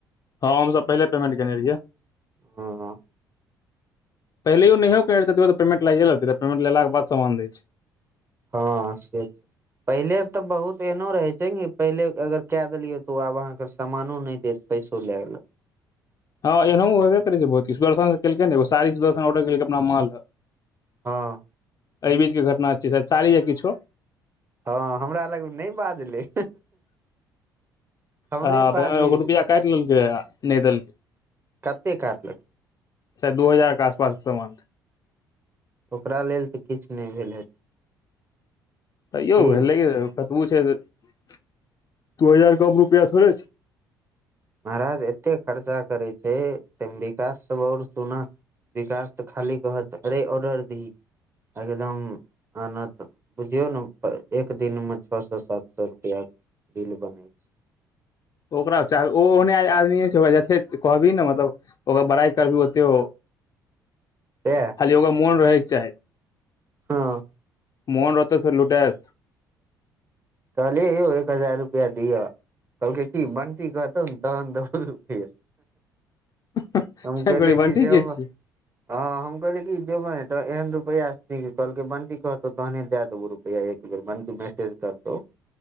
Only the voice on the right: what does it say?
हँ
हँ से पहिले तऽ बहुत एहनो रहे छै ने पहिले अगर क देलियै तऽ ओ आब अहाँके सामानो नहि देत पै सुल <unintelligible>
हँ
हँ हमरा लग नहि बाजले हमरे
बाजे
कतेक काटलक
ओकरा लेल तऽ किछु नहि भेल
की
महाराज एते खर्चा करै छै त विकास सब और चूना विकास तऽ खाली कहत अरे ऑर्डर दही एकदम हना तऽ बुझियौ ने एक दिन मे छओ सए सात सए रुपआ बिल बनै छै
पे
हँ
कहले यौ एक हजार रुपआ दिअ कहलकै की बंटी कहतौ ने तहन दे
हम कहलैय
की जेब
हँ हम कहलियै कि जो एहन रुपैआ कहलकै बंटी कहतौ तहने दए देबौ रुप या एक बेर बंटी मैसेज कर त